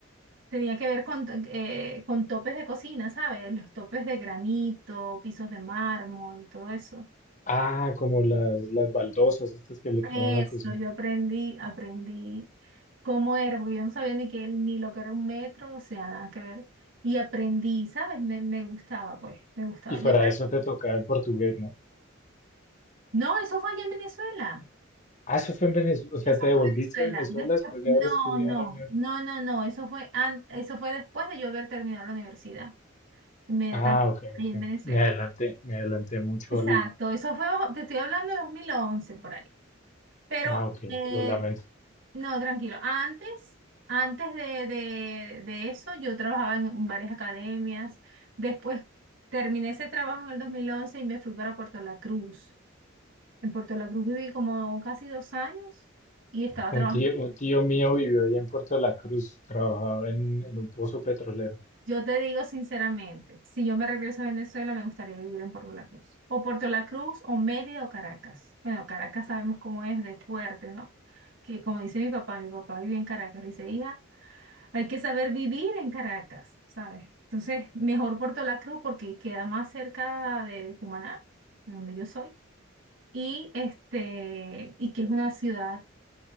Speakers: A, on the right; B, on the left.
A: Tenía que ver con, eh, con topes de cocina, ¿sabes? Los topes de granito, pisos de mármol, todo eso.
B: Ah, como las, las baldosas estas que le ponen
A: Eso,
B: a la cocina.
A: yo aprendí, aprendí cómo era, porque yo no sabía ni que, ni lo que era un metro, o sea, nada que ver. Y aprendí, ¿sabes? Me, me gustaba, pues, me gustaba.
B: Y para
A: Yo, ahora-
B: eso te tocaba el portugués, ¿no?
A: no, eso fue allá en Venezuela.
B: Ah, eso fue en Venezuela, o sea,
A: Eso
B: te devolviste
A: fue en Venezuela.
B: a Venezuela
A: Después-
B: después de
A: no,
B: haber estudiado
A: no,
B: en la universidad.
A: no, no, no. Eso fue, an- eso fue después de yo haber terminado la universidad, inmediatamente,
B: Ah, ok,
A: ahí
B: ok.
A: en Venezuela.
B: Me adelanté, me adelanté mucho
A: Exacto,
B: al...
A: eso fue, bajo- te estoy hablando de 2011 por ahí. Pero,
B: Ah, ok,
A: eh,
B: lo lamento.
A: no, tranquilo, antes, antes de, de, de eso yo trabajaba en varias academias. Después terminé ese trabajo en el 2011 y me fui para Puerto La Cruz. En Puerto La Cruz viví como casi dos años y estaba trabajando
B: Un tío, un tío mío vivió ahí en Puerto La Cruz, trabajaba en, en un pozo petrolero,
A: Yo te digo sinceramente, si yo me regreso a Venezuela, me gustaría vivir en Puerto La Cruz. O Puerto La Cruz, o Mérida, o Caracas. Bueno, Caracas sabemos cómo es de fuerte, ¿no? Que como dice mi papá, mi papá vive en Caracas. Le dice, hija, hay que saber vivir en Caracas, ¿sabes? Entonces, mejor Puerto La Cruz porque queda más cerca de Cumaná, de donde yo soy, y, este, y que es una ciudad